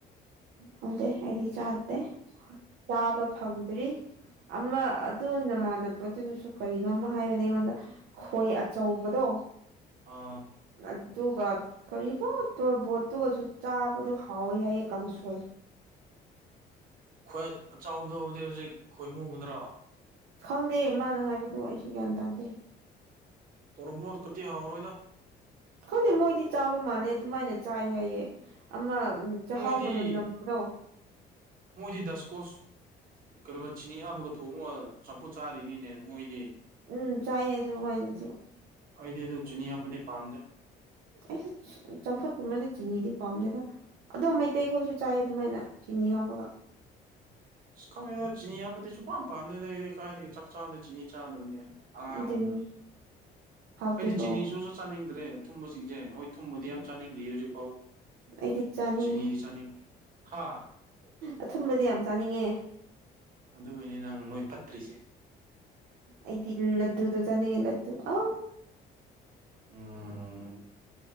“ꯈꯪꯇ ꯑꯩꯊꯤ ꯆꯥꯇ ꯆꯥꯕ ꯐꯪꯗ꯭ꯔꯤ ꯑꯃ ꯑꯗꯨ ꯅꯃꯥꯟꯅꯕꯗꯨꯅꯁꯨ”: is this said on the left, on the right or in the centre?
Right